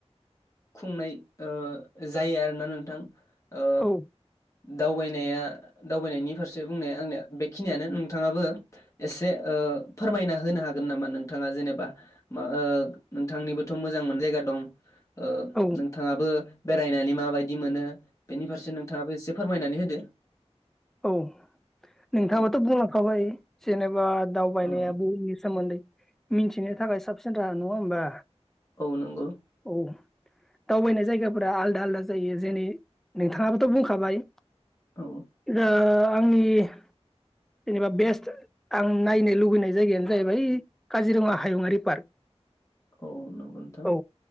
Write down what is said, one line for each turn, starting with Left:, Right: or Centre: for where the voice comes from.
Left: खुंनाय ओ जायो आरोना नोंथां। ओ
Centre: औ
Left: दावबायनाया दावबायनायनि फारसे बुंनाया आंनिया बे खिनियानो नोंथाङाबो एसे ओ फोरमायना होनो हागोन नामा नोंथाङा जेनेबा मा ओ नोंथांनिबोथ' मोजां मोन जायगा दं ओ
Centre: औ
Left: नोंथाङाबो बेरायनानै माबायदि मोनो बेनि फारसे नोंथाङाबो एसे फोरमायनानै होदो
Centre: औ नोंथाङाथ'
Left: औ
Centre: बुंलांखाबाय जेनेबा दावबायनाया
Left: औ
Centre: बुहुमनि सोमोन्दै मिनथिनो थाखाय साबसिन राहा नङा होमबा?
Left: औ नंगौ।
Centre: औ दावबायनाय जायगाफोरा आलदा आलदा जायो जेनै नोंथाङाबोथ' बुंखाबाय
Left: औ
Centre: रा आंनि जेनेबा बेस्ट आं नायनो लुबैनाय जायगायानो जाहैबाय काजिरङा हायुङारि पार्क
Left: औ नंगौ नोंथां।
Centre: औ